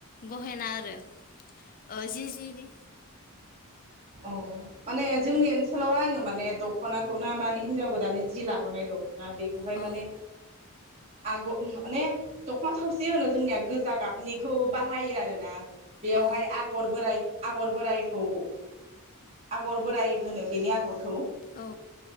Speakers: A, on the left; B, on the right.
A: गहेना आरो। ओ जिजिरि
B: अ माने जोंनि ओनसोलावहाय आङो माने दखनाखौ ना माने हिनजाव गोदान जि लाबोनाय दख ना बेखौहाय
A: औ
B: माने आग माने दखना थावसि होनो जोंनिया गोजा गाबनिखौ बाहायो आरोना। बेवहाय
A: औ
B: आगर बोराइ आगर बोराइखौ आगर बोराइ होनो बेनि आगरखौ
A: औ